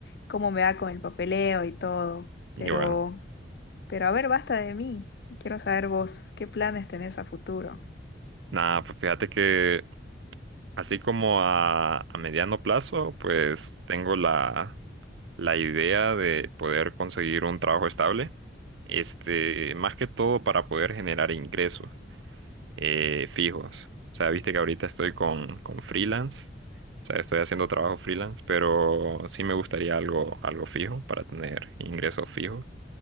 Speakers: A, on the left (about 60°); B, on the right (about 85°).
A: cómo me va con el papeleo y todo, pero...
B: Y bueno,
A: Pero a ver, basta de mí. Quiero saber vos, ¿qué planes tenés a futuro?
B: nada, pues fíjate que así como a, a mediano plazo, pues tengo la, la idea de poder conseguir un trabajo estable. Este, más que todo para poder generar ingresos eh, fijos. O sea, viste que ahorita estoy con, con freelance. O sea, estoy haciendo trabajo freelance, pero sí me gustaría algo, algo fijo para tener ingresos fijos.